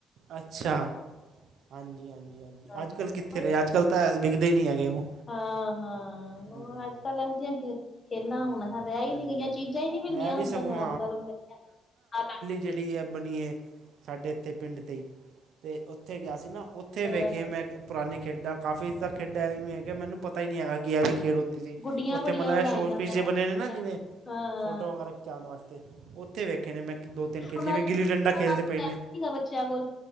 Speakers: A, on the right; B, on the left.
A: ਅੱਛਾ, ਹਾਂਜੀ- ਹਾਂਜੀ, ਹਾਂਜੀ
B: ਹਾਂ
A: ਅੱਜ ਕੱਲ ਕਿੱਥ ਇੱਥੇ
B: ਉਹੀ
A: ਰਹੇ,
B: ਤੇ
A: ਅੱਜ- ਕੱਲ ਤਾਂ ਵਿਕਦੇ ਨਹੀਂ ਹੈਗੇ ਉਹ
B: ਹਾਂ- ਹਾਂ
A: ਹੂੰ
B: ਹੋਰ,
A: ਹੂੰ
B: ਅੱਜ- ਕੱਲ ਇਹੋ ਜਿਹੀਆਂ ਗ ਖੇਲਾਂ
A: ਹੂੰ
B: ਹੁਣ ਰਹਿ ਹੀ
A: ਹਾਂਜੀ
B: ਨੀ ਗਈਆਂ,
A: ਹਾਂਜੀ
B: ਚੀਜ਼ਾਂ ਹੀ ਨੀ ਮਿਲਦੀਆਂ
A: ਮੈਂ ਵੀ ਸਗੋਂ
B: ਤੁਹਾਨੂੰ ਅੱਜ- ਕੱਲ ਬੱਚਿਆ ਨੂੰ ਹਾਈ ਲਾਈਟ।
A: ਜੇੜੀ ਐ ਬਣੀਏ। ਸਾਡੇ ਇੱਥੇ ਪਿੰਡ ਦੇ ਹੀ, ਤੇ ਉੱਥੇ ਗਿਆ ਸੀ ਨਾ, ਉੱਥੇ
B: ਉਹ
A: ਵੇਖੀ ਮੈਂ ਪੁਰਾਣੀ ਖੇਡਾਂ ਕਾਫੀ ਤਦਾ ਖੇਡਾਂਏਦੀਆ ਐਵੇਂਕੇ ਮੈਨੂੰ ਪਤਾ ਹੀ ਨੀ ਹੈਗਾ ਕਿ ਐਵੀ ਖੇਡ ਹੁੰਦੀ ਪਈਏ
B: ਗੁੱਡੀਆਂ
A: ਓਥੇ
B: ਬੜੀਆਂ
A: ਮਤਲਬ
B: ਉਡਾਈਆਂ
A: ਐ ਸ਼ੋ ਪੀਜ਼ੇ
B: ਮੈਂ
A: ਬਣੇ ਨੇ ਨਾ ਜਿਵੇਂ
B: ਹਾਂ
A: ਫੋਟੋ ਵਗੈਰਾ ਖਿਚਾਣ ਵਾਸਤੇ ਉਥੇ ਕਿੱਥੇ ਵੇਖੇ ਨੇ ਮੈਂ ਦੋ-ਤਿੰਨ ਖੇਲ
B: ਉਹਨਾਂ
A: ਜਿਵੇਂ
B: ਦੇ
A: ਗਿੱਲੀ-ਡੰਡਾ ਖੇਲਦੇ ਪਏ
B: ਟਾਈਮ
A: ਨੇ।
B: ਸੀਗਾ ਬੱਚਿਆਂ ਕੋਲ